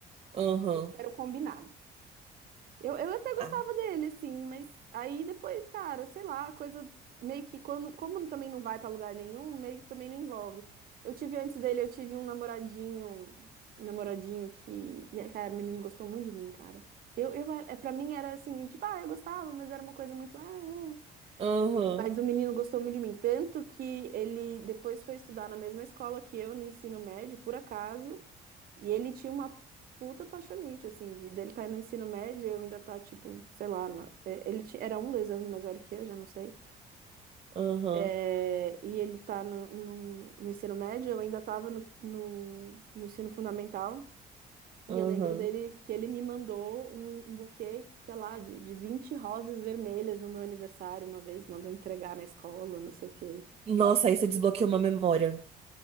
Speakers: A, on the right; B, on the right.
A: aham.
B: Esse era o combinado. Eu, eu até gostava
A: Ah,
B: dele, assim, mas aí depois, cara, sei lá, a coisa meio que quando, como também não vai pra lugar nenhum, meio que também não envolve. Eu tive antes dele, eu tive um namoradinho, um namoradinho que, e aí, cara, o menino gostou muito de mim, cara. Eu, eu, é, pra mim era assim, tipo, ah, eu gostava, mas era uma coisa muito, ah, é.
A: Aham,
B: Mas o menino gostou muito de mim, tanto que ele depois foi estudar na mesma escola que eu no ensino médio, por acaso, e ele tinha uma puta apaixonite, assim, de, dele tá no ensino médio, eu ainda tá, tipo, sei lá, na- é, ele ti- era um, dois anos mais velho que eu, já não sei,
A: aham,
B: É, e ele tá no, no- no ensino médio, eu ainda tava no, no, no ensino fundamental, e
A: aham.
B: eu lembro dele que ele me mandou um, um buquê, sei lá, de, de 20 rosas vermelhas no meu aniversário uma vez, mandou entregar na escola, não sei o quê.
A: Nossa, aí você desbloqueou uma memória.